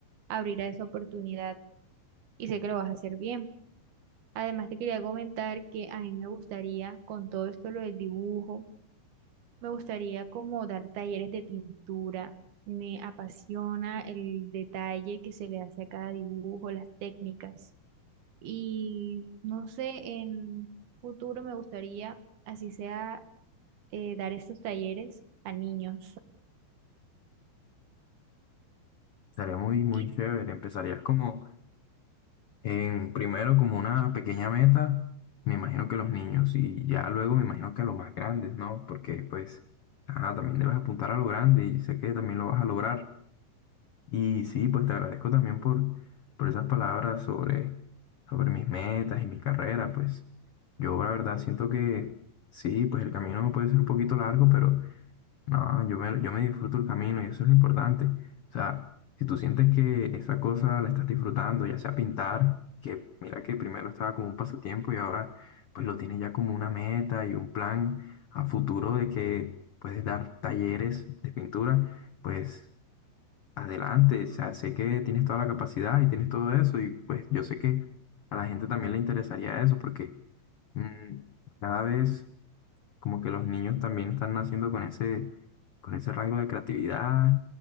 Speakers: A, on the right (about 85°); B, on the left (about 75°).
A: abrir a esa oportunidad y sé que lo vas a hacer bien. Además, te quería comentar que a mí me gustaría, con todo esto lo del dibujo, me gustaría como dar talleres de pintura. Me apasiona el detalle que se le hace a cada dibujo, las técnicas. Y no sé, en un futuro me gustaría, así sea, eh, dar estos talleres a niños.
B: Sería muy, muy
A: Y,
B: chévere. Empezarías como en primero como una pequeña meta, me imagino que los niños y ya luego me imagino que a los más grandes, ¿no? Porque pues, ajá, también debes apuntar a lo grande y sé que también lo vas a lograr. Y sí, pues te agradezco también por, por esas palabras sobre, sobre mis metas y mi carrera. Pues yo la verdad siento que sí, pues el camino puede ser un poquito largo, pero no, yo me, yo me disfruto el camino y eso es lo importante. O sea, si tú sientes que esa cosa la estás disfrutando, ya sea pintar, que mira que primero estaba como un pasatiempo y ahora pues lo tienes ya como una meta y un plan a futuro de que puedes dar talleres de pintura, pues... Adelante, o sea, sé que tienes toda la capacidad y tienes todo eso y pues yo sé que a la gente también le interesaría eso porque mm, cada vez como que los niños también están naciendo con ese, con ese rango de creatividad